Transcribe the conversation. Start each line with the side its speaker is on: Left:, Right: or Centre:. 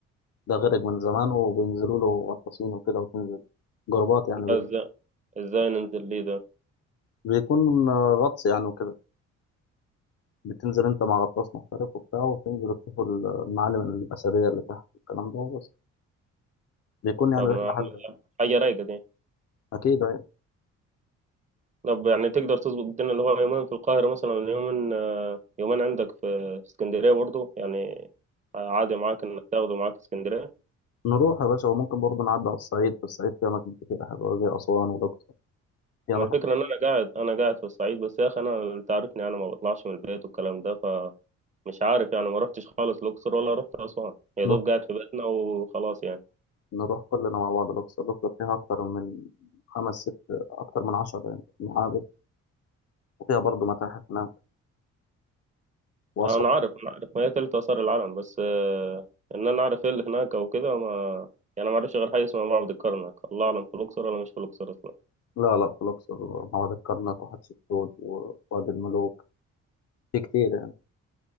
Left: ده غرق من زمان وبينزلوا له غطاسين وكده وتنزل جروبات يعني
Right: ازاي
Left: بي-
Right: ازاي ننزل ليه ده
Left: بيكون آه، غطس يعني وكده بتنزل أنت مع غطاس محترف وبتاع وتنزل تشوف المعالم الأثرية اللي تحت والكلام ده وبس بيكون يعني
Right: طب
Left: رحلة
Right: ما أعمل
Left: حلوة يعني.
Right: حاجة رايقة دي
Left: أكيد أيوة
Right: طب يعني تقدر تظبط الدنيا اللي هو يومين في القاهرة مثلا يومين آه، يومين عندك في في اسكندرية برضو يعني عادي معاك انك تاخده معاك اسكندرية
Left: نروح يا باشا وممكن برضه نعدي على الصعيد في الصعيد فيها أماكن كتير حلوة زي أسوان والأقصر في
Right: ما
Left: أماكن
Right: الفكرة ان انا قاعد انا قاعد في الصعيد بس يا اخي انا انت عارفني انا ما بطلعش من البيت والكلام ده فمش عارف يعني ما رحتش خالص الاقصر ولا رحت اسوان يا دوب
Left: نروح
Right: قاعد في بيتنا وخلاص يعني
Left: نروح كلنا مع بعض الأقصر الأقصر فيها أكتر من خمس ست أكتر من عشرة يعني معابد وفيها برضه متاحف هناك وأسوان
Right: آه، انا عارف انا عارف ما هي تلت اثار العالم بس آه، ان انا اعرف ايه اللي هناك او كده ما يعني ما اعرفش غير حاجه اسمها معبد الكرنك الله اعلم في الاقصر ولا مش في الاقصر اصلا
Left: لا لا في الأقصر وادي الكرنك وحتشبسوت و- ووادي الملوك في كتير يعني